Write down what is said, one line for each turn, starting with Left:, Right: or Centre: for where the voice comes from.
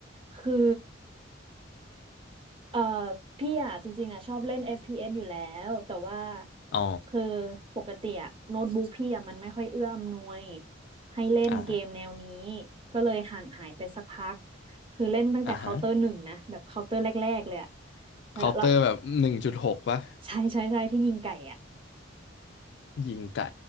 Right: คือ เออพี่อ่ะจริงๆอ่ะชอบเล่น FPS อฟพีเอสอยู่แล้วแต่ว่า
Left: อ๋อ
Right: คือปกติอ่ะโน้ตบุ๊กพี่อ่ะมันไม่ค่อยเอื้ออำนวยให้เล่นเกมแนวนี้
Left: อ่า
Right: ก็เลยห่างหายไปสักพักคือเล่นตั้งแต่เคาน์เตอร์หนึ่งนะแบบเคาน์เตอร์แรกๆเลยอ่ะ
Left: อ่าฮะ
Right: แล้วแล้ว
Left: เคาน์เตอร์แบบหนึ่งจุดหกปะ
Right: ใช่ใช่ใช่ที่ยิงไก่อ่ะ
Left: ยิงไก่